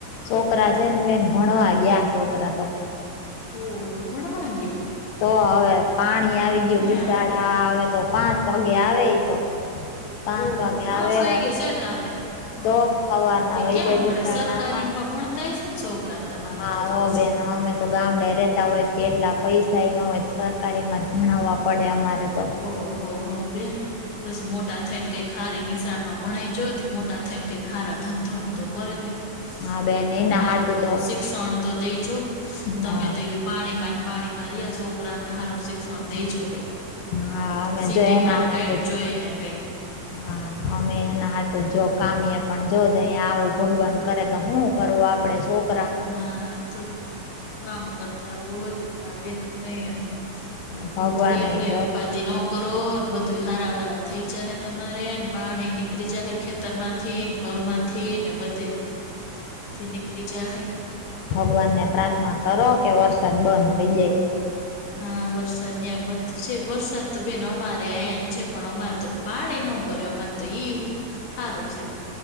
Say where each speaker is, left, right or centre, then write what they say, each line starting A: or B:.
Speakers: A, on the left; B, on the left.
A: છે પર આજે નિવાન ભણવા આવ્યા હસે કદાચ તો
B: ઓહ હો ભણવા ગિયા.
A: તો હવે પાણી આવી ગયું બિસાડા
B: આવે
A: હા આવે તો પાંચ વાગે આવે તો. પાંચ
B: ઓહો
A: વાગે
B: પાચ
A: આવે
B: વાગે સેટ આવે હમમ
A: તો હવારના
B: તે
A: વહી
B: ક્યાં
A: જાય
B: ભણે
A: બિસાડા
B: સરકારીઓમાં ભણ તા છે ને છોકરા તમારે
A: હા
B: તો તો
A: હો
B: પછી
A: બેન અમે તો ગામડે રેતા હોય તો એટલા પૈસા ન હોય, સરકારીમાં જ ભણાવવા પડે અમારે તો
B: ઓહ હો બેન બસ મોટા થઈ ને કઈક ખારી નિશાળમાં ભણાઈ જોય ત્ય મોટા થઈને કઈ ખારા ધનધો ની તો કરે બેન.
A: હા બેન
B: કઈક
A: એના
B: હારું
A: હાટું
B: બધું
A: તો
B: શિક્ષણ તો દેજો તમે
A: હા
B: તો પાણી માં ને પાણી મા રિયા છોકરાઓને હારું શિક્ષણ દેજો કઈક.
A: હા અમે
B: સિટી
A: જો એના
B: માં ને
A: હાટું
B: કઈકે
A: જ
B: જોઈ ને કઈક.
A: હા અમે એના આટું જો કામીએ પણ જો અહીયા આવું ભગવાન કરે તો હું કરું આપડે સોક
B: હા તો કામ કરતા બોલ હા બેઈ કયે હું
A: ભગવાને
B: પણ તું બેન કઈ
A: જો
B: ઉપાધિ નો કરવો ને બધું હારા વાલા થઈ જાય તમારે પાણી નીકળી જાય ખેતર માં તો થી ને ઘરમાંથી ને બધે થી નીકળી જાહે.
A: ભગવાન ને પ્રાર્થના કરો કે વરસાદ બંધ થઇ જાય.
B: હા વરસાદની આ બંધ છે વરસાદ તો બેન અમારે અંયા જ છે પણ અમારે તો પાણી નો ઘડે અમારે તો ઈ સારું છે.